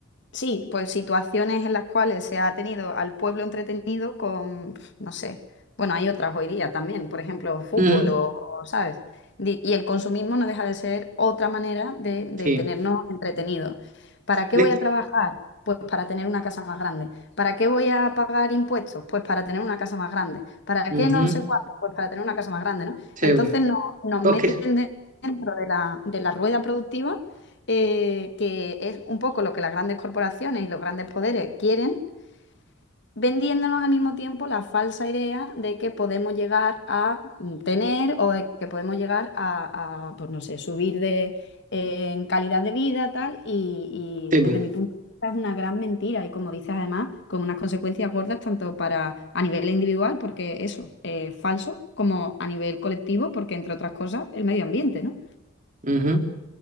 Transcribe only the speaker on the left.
Sí, pues situaciones en las cuales se ha tenido al pueblo entretenido con, pf, no sé, bueno, hay otras hoy día también, por ejemplo, fútbol
o, o, ¿sabes? Di- Y el consumismo no deja de ser otra manera de, de
tenernos entretenidos. ¿Para qué
voy a trabajar? Pues para tener una casa más grande. ¿Para qué voy a pagar impuestos? Pues para tener una casa más grande. ¿Para
qué no sé cuánto? Pues para tener una casa más grande, ¿no?
Entonces
no- nos
meten
de- dentro de la, de la rueda productiva eh, que es un poco lo que las grandes corporaciones y los grandes poderes quieren, vendiéndonos al mismo tiempo la falsa idea de que podemos llegar a tener o de que podemos llegar a, a, pues no sé, subir de, eh, en calidad de vida, tal, y,
y desde
mi punto de vista es una gran mentira y como dices además, con unas consecuencias gordas tanto para a nivel individual, porque eso, es falso, como a nivel colectivo, porque entre otras cosas, el medio ambiente, ¿no?